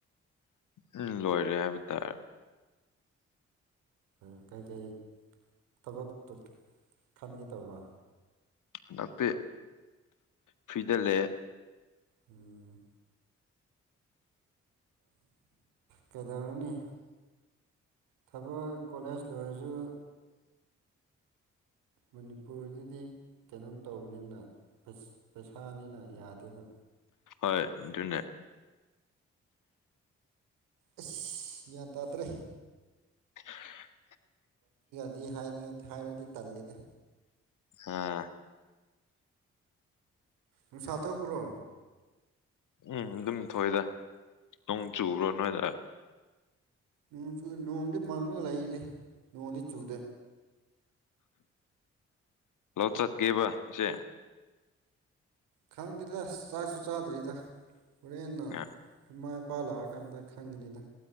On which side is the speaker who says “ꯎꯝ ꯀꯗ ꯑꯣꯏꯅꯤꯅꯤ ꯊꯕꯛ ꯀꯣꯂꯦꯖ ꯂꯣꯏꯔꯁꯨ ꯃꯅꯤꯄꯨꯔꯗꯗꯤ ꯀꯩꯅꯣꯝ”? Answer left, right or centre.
Right